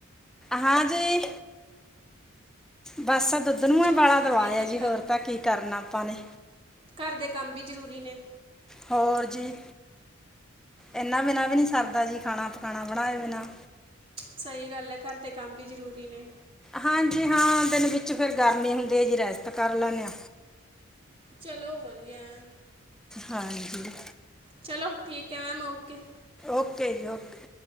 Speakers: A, in the centre; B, on the right (about 25°).
A: ਹਾਂਜੀ। ਬਸ ਦੁੱਧ ਨੂੰ
B: ਚਲੋ
A: ਉਬਾਲਾ
B: ਵਧੀਆ
A: ਦਵਾਇਆ
B: ਫਿਰ
A: ਜੀ, ਹੋਰ ਤਾਂ ਕੀ ਕਰਨਾ ਆਪਾਂ ਨੇ।
B: ਕਾੱਰ ਦੇ ਕੰਮ ਵੀ ਜ਼ਰੂਰੀ ਨੇ।
A: ਹੋਰ ਜੀ, ਏਨਾ ਬਿਨਾਂ ਵੀ ਨਈ ਸਰਦਾ ਜੀ ਖਾਣਾ ਪਕਾਣਾ ਬਣਾਏ ਬਿਨਾਂ।
B: ਸਈ ਗੱਲ ਐ ਕਰ ਦੇ ਕੰਮ ਵੀ ਜ਼ਰੂਰੀ ਨੇ।
A: ਹਾਂਜੀ ਹਾਂ ਦਿਨ ਵਿੱਚ ਫੇਰ ਗਰਮੀ ਹੁੰਦੀ ਐ ਜੀ ਰੈਸਟ ਕਰ ਲੈਣੇ ਆ।
B: ਚਲੋ ਵਧੀਆ ਐ।
A: ਹਾਂਜੀ।
B: ਚਲੋ ਠੀਕ ਐ ਮੈਮ ਓਕੇ।
A: ਓਕੇ ਜੀ ਓਕੇ।